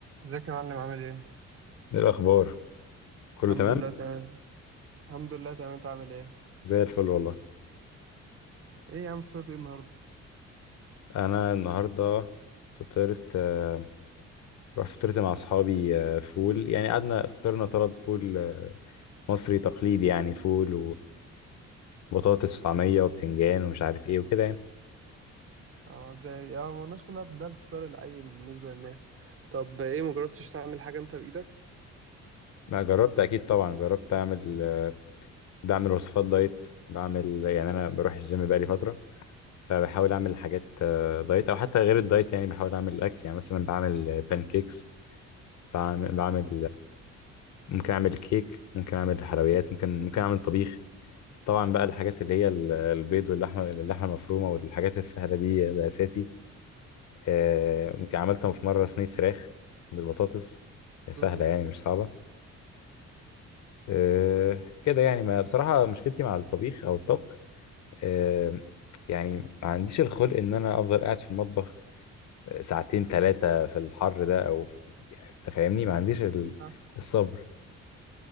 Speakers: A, on the right (about 45°); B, on the left (about 70°).
A: ازيك يا معلم عامل ايه؟
B: ايه الاخبار كله
A: الحمد
B: تمام
A: لله تمام الحمد لله تمام انت عامل ايه؟
B: زي الفل والله
A: ايه يا عم فطرت ايه النهارده؟
B: انا النهارده فطرت آه، رحت فطرت مع اصحابي آه، فول يعني قعدنا فطرنا طلب فول آه، مصري تقليدي يعني فول وبطاطس وطعميه وبتنجان ومش عارف ايه وكده يعني
A: اه ازاي؟ اه ما الناس كلها ده الفطار العادي بالنسبة للناس طب ايه مجربتش تعمل حاجة انت بإيدك؟
B: ما جربت اكيد طبعا جربت اعمل آه، بعمل وصفات دايت بعمل يعني انا بروح الجيم بقالي فتره فبحاول اعمل حاجات آه، دايت او حتى غير الدايت يعني بحاول اعمل الاكل يعني مثلا بعمل بانكيكس بعمل ممكن اعمل كيك ممكن اعمل حلويات ممكن ممكن اعمل طبيخ طبعا بقى الحاجات اللي هي ال- البيض واللحمه اللحمه المفرومه والحاجات السهله دي ده اساسي آه، ممكن عملتها في مره صينيه فراخ بالبطاطس هي سهله
A: امم
B: يعني مش صعبه آه، كده يعني ما بصراحه مشكلتي مع الطبيخ او الطبخ آه، يعني ما عنديش الخلق ان انا افضل قاعد في المطبخ ساعتين ثلاثه في الحر ده او في أنت فاهمني ما عنديش ال-
A: صح
B: الصبر